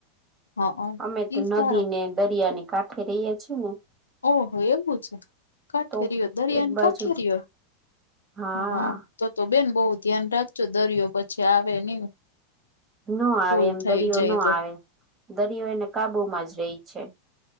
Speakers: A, on the left; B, on the right.
A: હા
B: અમે તો
A: ઈ
B: નદી
A: સારું
B: ને દરિયા ને કાઠ ર છ હું
A: ઓહો એવું છે. કાઠેરીયો
B: તો
A: દરિયાની
B: એક બાજુ
A: કાઠેરીયો
B: હા
A: હઅ તો તો બેન બહુ ધ્યાન રાખજો દરિયો પછી આવે નહી
B: ન આવે,
A: ફૂલ
B: એમ
A: થઈ
B: દરિયો
A: જાય
B: ન આવે
A: તો
B: દરિયો એને કાબુમાં જ રહી છે.